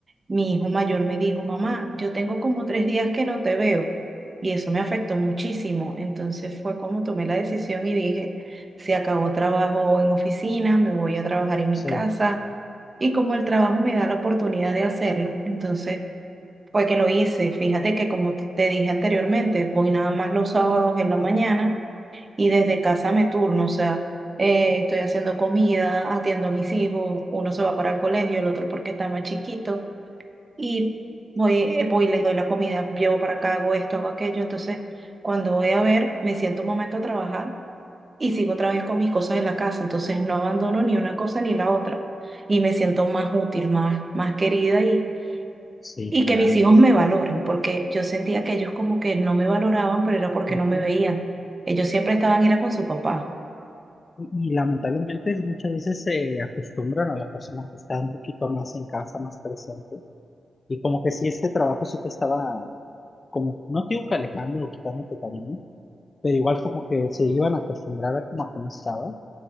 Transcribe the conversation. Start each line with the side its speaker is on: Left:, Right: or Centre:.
Right: mi hijo mayor me dijo, mamá, yo tengo como tres días que no te veo. Y eso me afectó muchísimo. Entonces fue como tomé la decisión y dije, se acabó trabajo en oficina, me voy a trabajar en mi
Left: Sí,
Right: casa. Y como el trabajo me da la oportunidad de hacerlo, entonces fue que lo hice. Fíjate que como te dije anteriormente, voy nada más los sábados en la mañana y desde casa me turno, o sea, eh, estoy haciendo comida, atiendo a mis hijos, uno se va para el colegio, el otro porque está más chiquito, y voy, eh, voy y les doy la comida, llevo para acá, hago esto, hago aquello, entonces cuando voy a ver, me siento un momento a trabajar y sigo otra vez con mis cosas de la casa, entonces no abandono ni una cosa ni la otra, y me siento más útil, más, más querida y...
Left: sí,
Right: Y
Left: claro.
Right: que mis hijos me valoren, porque yo sentía que ellos como que no me valoraban, pero era porque
Left: Ujú.
Right: no me veían. Ellos siempre estaban, era con su papá.
Left: Y, y lamentablemente muchas veces se acostumbran a la persona que está un poquito más en casa, más presente. Y como que si ese trabajo sí te estaba, como, no te digo que alejando o quitándote cariño, pero igual como que se iban a acostumbrar a como a que no estaba.